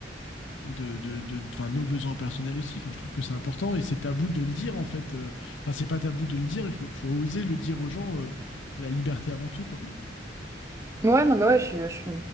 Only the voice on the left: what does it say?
de, de, de- enfin, nos besoins personnels aussi. Enfin, je trouve que c'est important et c'est tabou de le dire en fait. Euh, Enfin, c'est pas tabou de le dire, il faut, faut oser le dire aux gens. euh, c'est la liberté avant tout, quoi.